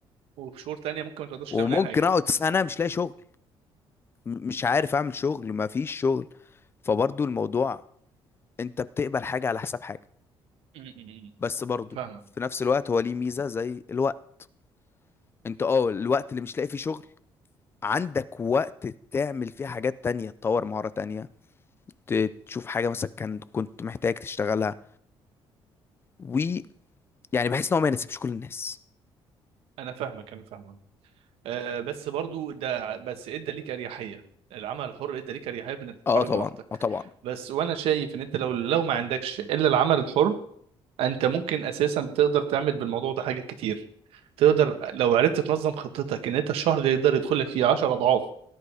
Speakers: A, on the right (about 85°); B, on the left (about 25°).
A: وفي شهور تانية ممكن ما تقدرش
B: وممكن
A: تعمل اي حاجه
B: اقعد سنه مش لاقي شغل م- مش عارف اعمل شغل ما فيش شغل فبرضو الموضوع انت بتقبل حاجه على حساب حاجه
A: م- م-
B: بس برضو
A: م. فاهمك
B: في نفس الوقت هو ليه ميزه زي الوقت انت اه الوقت اللي مش لاقي فيه شغل عندك وقت تعمل فيه حاجات تانية تطور مهارة تانية ت- تشوف حاجة مثلا كان كنت محتاج تشتغلها ويعني بحس ان هو ما يناسبش كل الناس
A: انا فاهمك انا فاهمك أه بس برضو ده بس ادى ليك اريحيه العمل الحر ادى ليك اريحيه في انك تتحرك
B: اه طبعا
A: براحتك
B: اه طبعا
A: بس وانا شايف ان انت لو لو ما عندكش الا العمل الحر انت ممكن اساسا تقدر تعمل بالموضوع ده حاجات كتير تقدر لو عرفت تنظم خطتك ان انت الشهر اللي يقدر يدخل لك فيه 10 اضعاف